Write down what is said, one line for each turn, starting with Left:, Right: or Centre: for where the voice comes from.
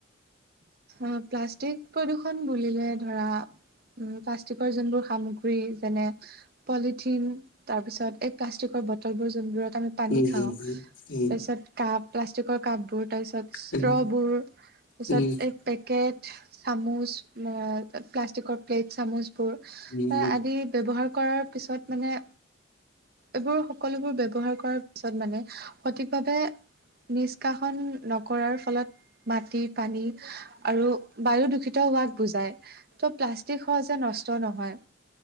Right: অ' প্লাষ্টিক প্ৰদূৰষণ বুলিলে ধৰা, উ প্লাষ্টিকৰ যোনবোৰ সামগ্ৰী যেনে, পলিথিন তাৰ পিছত এই প্লাষ্টিকৰ বটলবোৰ যোনবোৰত আমি, পানী
Left: উম,
Right: খাওঁ।
Left: হম, হম,
Right: তাৰপিছত কাপ, প্লাষ্টিকৰ কাপ বোৰ তাৰপিছত ষ্ট্ৰবোৰ,
Left: উম,
Right: তাৰ পিছত
Left: উম,
Right: এই পেকেট, চামুচ, প্লাষ্টিকৰ প্লেট চামুচ। বোৰ
Left: উম,
Right: আদি ব্যৱহাৰ কৰাৰ পিছত মানে, এইবোৰ সকলোবোৰ ব্যৱহাৰ কৰাৰ পিছত মানে সঠিকভাৱে, নিষ্কাশন নকৰাৰ ফলত মাটিত, পানী আৰু বায়ু দূষিত হোৱাক বুজাই। ত' প্লাষ্টিক সহজে নষ্ট নহয়।